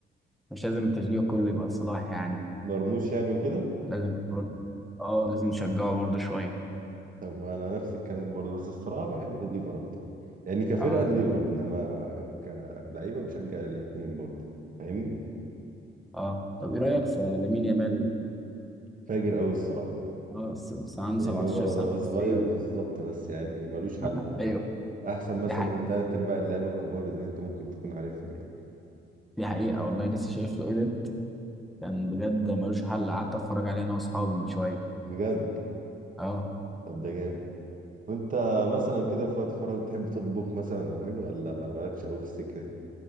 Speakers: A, in the centre; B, on the right.
A: مش لازم التشجيع كله يبقى صلاح يعني
B: مرموش يعني وكده
A: لازم برضه- اه لازم نشجعه برضه شوية
B: طب ما انا نفس الكلام برضه بس الصراحة بحب الليفر اكتر يعني كفرقة
A: اه
B: الليفر انما كلعيبة بشجع الاتنين برضه فاهمني
A: اه طب ايه رأيك في لامين يامال
B: فاجر قوي الصراحة
A: اه س- س- عنده
B: يعني
A: 17
B: هو
A: سنة
B: صغير
A: بس ايه
B: بالظبط بس يعني ملوش حل
A: <laughs> ايوه
B: احسن مثلا
A: دي حقيقة
B: من تلات ارباع اللعيبة الكبار اللي انت ممكن تكون عارفهم يعني
A: دي حقيقة والله لسه شايف له ايه ده كان بجد ملوش حل قعدت اتفرج عليه انا واصحابي من شوية
B: بجد
A: اه
B: طب ده جامد وانت مثلا كده في وقت فراغ بتحب تطبخ مثلا او حاجة ولا مالكش قوي في السكة دي